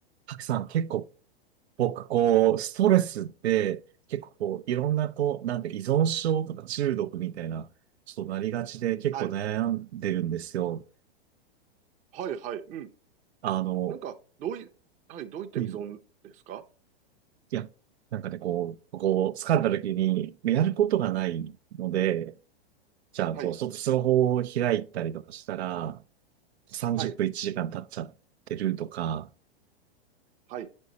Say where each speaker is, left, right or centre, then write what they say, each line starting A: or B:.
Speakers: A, on the right; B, on the right.
A: たくさん結構僕こう、ストレスって結構こう、いろんなこう、なんて依存症とか中毒みたいな、ちょっとなりがちで結構悩んでるんですよ。
B: はい。はい、はい。うん。
A: あの、
B: なんか、どうい、はい、どういった依存ですか
A: うん。いや、なんかね、こう、こう、疲れた時にやることがないので、じゃあこう、
B: はい、
A: ちょっとスマホを開いたりとかしたら、30分1時間経っちゃってるとか、
B: はい、はい。